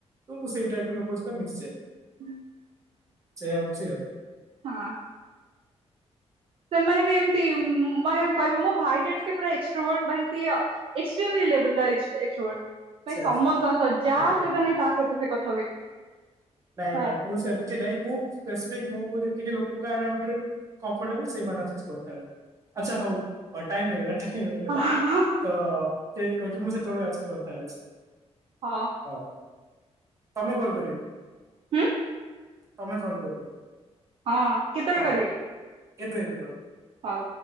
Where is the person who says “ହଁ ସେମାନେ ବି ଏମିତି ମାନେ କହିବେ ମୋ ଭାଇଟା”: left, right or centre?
Right